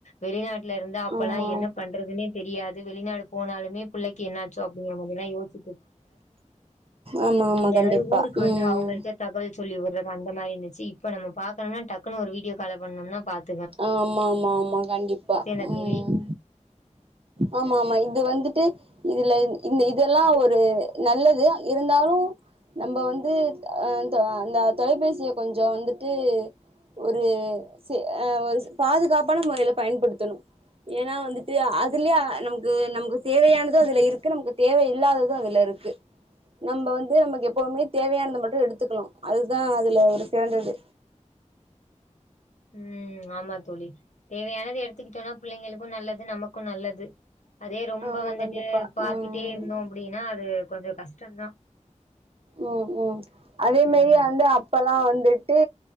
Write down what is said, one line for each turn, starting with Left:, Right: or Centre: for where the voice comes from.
Left: வெளிநாட்டு இருந்து அப்பல்லாம்
Right: ஆமா
Left: என்ன பண்றதுன்னே தெரியாது வெளிநாடு போனாலுமே பிள்ளக்கு என்னாச்சோ அப்படிங்க மாதிரில்ல யோச்சு
Right: ஆமா ஆமா ஆமா
Left: <unintelligible> யாராவது
Right: கண்டிப்பா
Left: ஊருக்கு வந்து
Right: ம்
Left: அவங்கள்ட்ட தகவல் சொல்லி விடுறதா அந்த மாதிரி இருச்சு இப்ப நம்ம பாக்கணும்னா டக்குன்னு ஒரு வீடியோகால் பண்ணோனா பாத்து
Right: ஆமா ஆமா ஆமா கண்டிப்பா
Left: என்ன
Right: உம்
Left: தோழி
Right: ஆமா ஆமா இது வந்துட்டு இதுல இந்த இதெல்லாம் ஒரு நல்லது இருந்தாலு நம்ம வந்து அந்த தொலைபேசியை கொஞ்ச வந்துட்டு ஒரு ச அஹ் ஒரு பாதுகாப்பான முறையில பயன்படுத்தணு ஏன்னா வந்துட்டு அதுலயே நமக்கு நமக்கு தேவையானது அதுல இருக்கு நமக்கு தேவ இல்லாதது அதுல இருக்கு நம்ம வந்து நமக்கு எப்பவுமே தேவையானது மட்டு எடுத்துக்கனு அதுதான் அதுல ஒரு சிறந்தது
Left: உம் ஆமா தோழி தேவையானது எடுத்துக்கிட்டோனா பிள்ளைங்களுக்கு நல்லது நமக்கு நல்லது அதே ரொம்ப
Right: ஆமா
Left: வந்துட்டு
Right: கண்டிப்பா
Left: பாத்திட்டே
Right: உம்
Left: இருந்தோ அப்படின்னா அது கொஞ்ச கஷ்டந்தா
Right: ம் ம் அதேமேரி
Left: ம்.
Right: வந்து அப்பலா வந்துட்டு